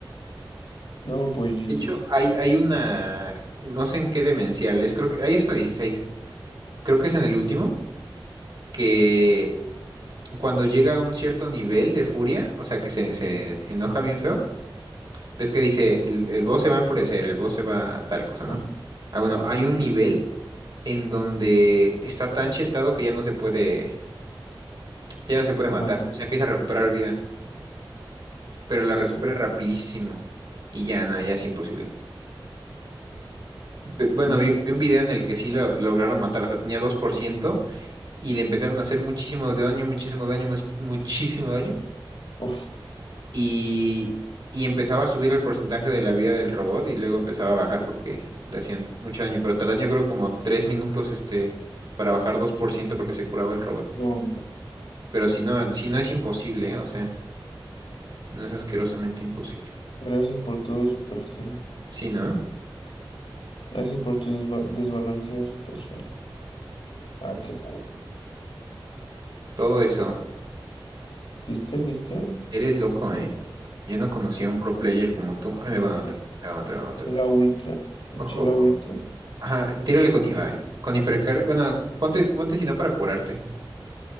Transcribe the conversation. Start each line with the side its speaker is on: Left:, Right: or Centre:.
Left: No, pues GG.
Right: De hecho, hay, hay una, no sé en qué demencial es, creo que, ahí está 16. creo que es en el último, que cuando llega a un cierto nivel de furia, o sea, que se, se
Left: Ajá.
Right: enoja bien feo, ves que dice, el, el boss se va a enfurecer, el boss se va a tal cosa, ¿no?
Left: Ajá.
Right: Ah, bueno,
Left: Ándale.
Right: hay un nivel en donde está tan chetado que ya no se puede, ya no se puede matar,
Left: Mata.
Right: o sea, empieza a recuperar vida. pero la
Left: Eso.
Right: recupera rapidísimo. Y ya, no, ya es imposible. Pe- bueno,
Left: Infinito.
Right: vi, vi un video en el que sí lo lograron matar, o sea, tenía 2% y le empezaron a hacer muchísimo daño, muchísimo daño, mus- muchísimo daño.
Left: Uf.
Right: Y, y empezaba a subir el porcentaje de la vida del robot y luego empezaba a bajar porque le hacían mucho daño. Pero tardan yo creo como 3 minutos este, para bajar 2% porque se curaba el robot.
Left: No,
Right: Pero si no, si no es imposible, ¿eh? O sea, si no es asquerosamente imposible.
Left: Gracias por todo, Supercell.
Right: Sí, ¿no?
Left: Gracias por tu desba- desbalanceo, Supercell. Ah, qué bueno.
Right: Todo eso.
Left: ¿Viste? ¿Viste?
Right: Eres loco, ¿eh? Yo no conocía a un pro player como tú. Ay, me va a matar,
Left: E-
Right: me va a matar, me va a matar.
Left: Eché la ultra.
Right: Ojo,
Left: Eché la
Right: ojo.
Left: ultra.
Right: ojo. Ajá, tírale con, ay, con hipercar. Bueno, ponte, ponte si no para curarte.